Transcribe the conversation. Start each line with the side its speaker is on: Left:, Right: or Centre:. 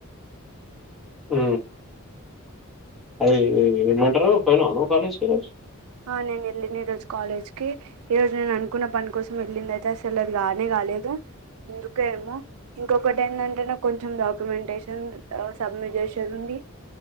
Centre: అ అది ఏమంటారు పైన అను కాలేజ్ కి రోజు
Right: ఆ నేను వెళ్ళింది ఈరోజు కాలేజ్కి ఈరోోజు నేను అనుకున్న పని కోసం వెళ్ళింది అయితే అసలు అది గానే కాలేదు ఎందుకేమో ఇంకొకటి ఏంటంటే నాకు కొంచెం డాక్యుమెంటేషన్ సబ్మిట్ చేసేదిడి